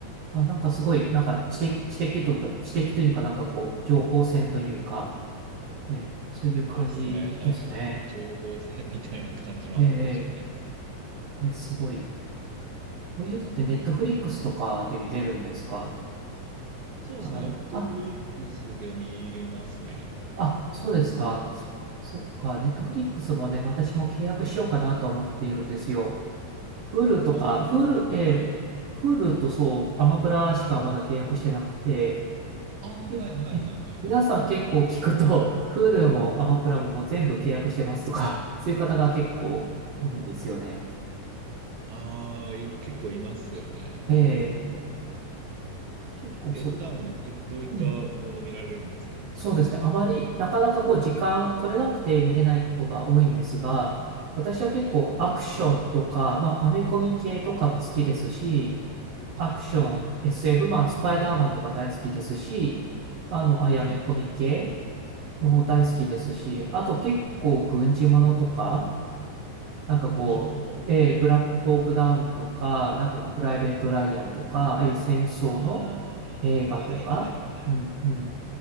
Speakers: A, on the right; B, on the right.
A: あ、なんかすごい、なんか知的、知的というか、知的というか、なんかこう、情報戦というか、ね、そういう感じですね。
B: そうですね、はい。情報戦みたいな感じもあるかもしれないです。
A: ええ、ええ、えすごい。こういうのってネットフリックスとかで見れるんですか
B: そうですね、
A: なかなか。
B: ネットフリックスで見れますね。
A: あ、あ、そうですか。そっか、ネットフリックスもね、私も契約しようかなと思っているんですよ。Hulu とか、
B: あ、普段はな、
A: Hulu、ええ、
B: はい。
A: Hulu とそう、アマプラしかまだ契約してなくて、
B: ああ、
A: え、
B: はいはいはいはいはい。
A: え、皆さん結構聞くと、<laughs> Hulu もアマプラも全部契約してますとか、<laughs> そういう方が結構多いんですよね。
B: ああ、い、結構いますよね。
A: ええ、
B: はいはいはい。
A: 結構そうか。
B: え、普段、え、どういったもの見られるんですか
A: うん。そうですね。あまり、なかなかこう、時間取れなくて見れないことが多いんですが、私は結構アクションとか、
B: はい。
A: まあ、アメコミ系とかも好きですし、アクション、
B: ああ、はいはいはいはいはい。
A: SF、まあ、スパイダーマンとか大好きですし、あの、あやめコミ系
B: はいはい。
A: も大好きですし、あと結構軍事ものとか、なんかこう、
B: 軍事もの。
A: えーブラックホークダウンとか、なんかこう、プライベート・ライアンとか、ああいう戦争の映画とか、
B: ああ、はいはいはい。
A: うん、うん、